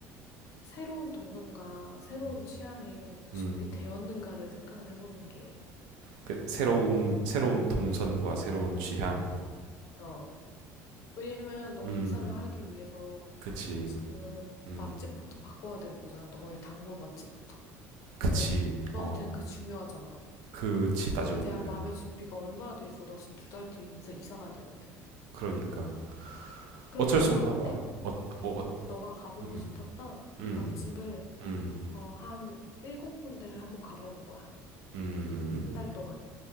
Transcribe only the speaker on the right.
음,
음.
그 새로운 새로운 동선과 새로운 취향.
음,
그치.
음,
그치.
어,
그치
따지고
보면.
그러니까
어쩔 수
없나
봐. 어, 어, 어,
음,
음,
음,
음,